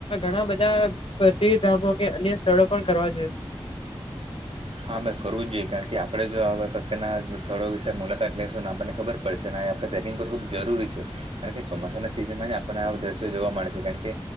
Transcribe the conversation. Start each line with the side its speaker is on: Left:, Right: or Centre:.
Left: ઘણા બધા‌ તીર્થધામો કે અન્ય સ્થળો પણ કરવા, જોઈએ
Right: હા, ભાઈ કરવુ જ જોઈએ, કારણ કે આપણે જો આવા પ્રકારના સ્થળો વિશે મુલાકાત લઈશું આપણને ખબર પડશે ને ને આપણે ટ્રેકિંગ કરવું ખૂબ જરૂરી છે, કારણ કે ચોમાસાના સિઝનમાં જ આપણને આવું દ્રશ્ય જોવા મળે છે, કારણ કે